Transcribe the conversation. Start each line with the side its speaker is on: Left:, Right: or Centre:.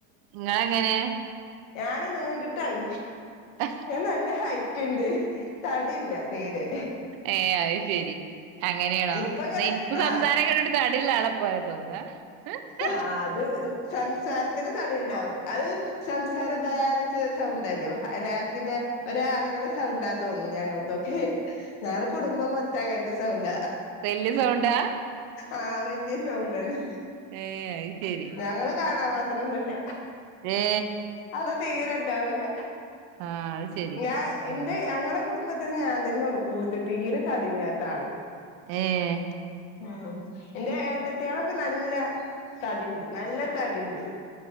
Right: നിങ്ങളങ്ങനെ
Left: ഞാന് നീണ്ടിട്ടാണ്
Right: ആ
Left: ഞാൻ നല്ല ഹൈറ്റ് ഇണ്ട് തടില്ല തീരെ
Right: ഏ അത് ശരി അങ്ങനെയാണോ
Left: ഇപ്പ ഇങ്ങനെ
Right: ന്ന എനിക്ക്
Left: ആഹ്
Right: സംസാരം കേട്ടിട്ട് തടില്ലാള <unintelligible>
Left: ആ അത് സംസാരത്തിന് തടിണ്ടാവും അത് സംസാര ബാധ ച്ച സൗണ്ടല്ലേ ഹലാക്കിലെ ഒരു ആണുങ്ങളെ സൗണ്ടാ തോന്നുന്നു ഞങ്ങ അതൊക്കെ ഞങ്ങടെ കുടുംബം മൊത്തം അങ്ങനത്തെ സൗണ്ട
Right: വല്യ സൗണ്ടാ
Left: ആഹ് വല്യ സൗണ്ടാന്ന്
Right: ഏ അത് ശരി
Left: ഞങ്ങള് കാണാൻ മാത്രൊ ഒന്നുല്ല
Right: ഏ
Left: അത് തീരെണ്ടാവില്ല
Right: ആ അത് ശരി
Left: ഞാൻ എന്റെ
Right: ഉം
Left: ഞങ്ങള് കുടുംബത്തിന് ഞാൻ തന്നെ ഉള്ളൂ കൂടുതൽ തീരെ തടി ഇല്ലാത്ത ആള്
Right: ഏഹ്
Left: ഉം എന്റെ ഏട്ടത്തിയാളൊക്കെ നല്ല തടിണ്ട് നല്ല തടിണ്ട്